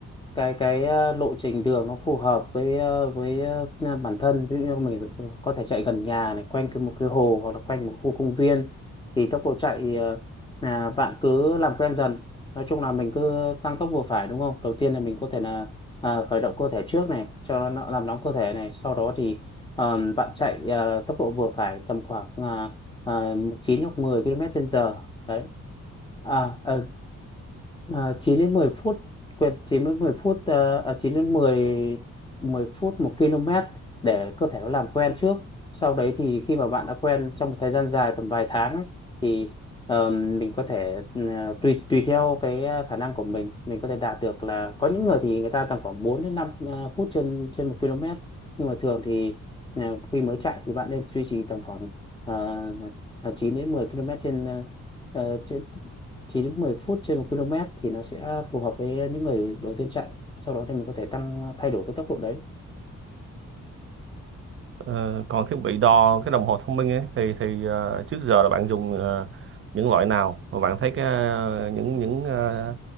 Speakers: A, on the left; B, on the right.
A: cái cái ờ, lộ trình đường nó phù hợp với ờ, với ờ, à, bản thân ví dụ như mình có thể chạy gần nhà này quanh cái một cái hồ hoặc là quanh một khu công viên thì tốc độ chạy thì, ờ, là bạn cứ làm quen dần nói chung là mình cứ tăng tốc vừa phải đúng không đầu tiên là mình có thể là ờ, khởi động cơ thể trước này cho nó làm nóng cơ thể này sau đó thì ờ, bạn chạy ờ, tốc độ vừa phải tầm khoảng uh, 9 hoặc 10 km trên giờ đấy à, à, à 9 đến 10 phút quên 9 đến 10 phút à, à, 9 đến mười mười phút 1 km để cơ thể nó làm quen trước sau đấy thì khi mà bạn đã quen trong một thời gian dài tầm vài tháng ấy, thì ờm, mình có thể ừm, à, tùy tùy theo cái à, khả năng của mình mình có thể đạt được là có những người thì người ta tầm khoảng 4 đến 5 à, phút trên trên 1 km nhưng mà thường thì à, khi mới chạy thì bạn nên duy trì tầm khoảng ờ, à, 9 đến 10 km trên à, ờ, trên 9 đến 10 phút trên 1 km thì nó sẽ phù hợp với những người đầu tiên chạy sau đó thì mình có thể tăng thay đổi cái tốc độ đấy
B: Ờ, còn thiết bị đo cái đồng hồ thông minh ấy thì thì ờ, trước giờ là bạn dùng ờ, những loại nào và bạn thấy cái ờ, những những ờ,